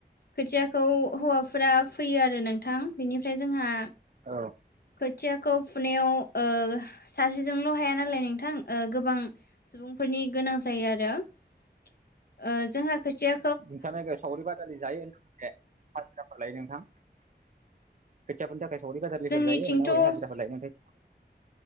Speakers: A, on the left; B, on the right.
A: खोथियाखौ हौवाफोरा फैयो आरो नोंथां बेनिफ्राय जोंहा
B: औ
A: खोथियाखौ फुनायाव ओ सासेजोंल' हाया नालाय नोंथां ओ गोबां सुबुंफोरनि गोनां जायो आरो ओ जोंहा खोथिया
B: नोंथां लोगो सावरि बादालि जायो हाजिराफोर लायो नोंथां खोथिया फोनो थाखाय सावरि बादालिफोर
A: जोंनिथिंथ'
B: जायो ना बै
A: औ
B: हाजिराफोर लायो मोनथाय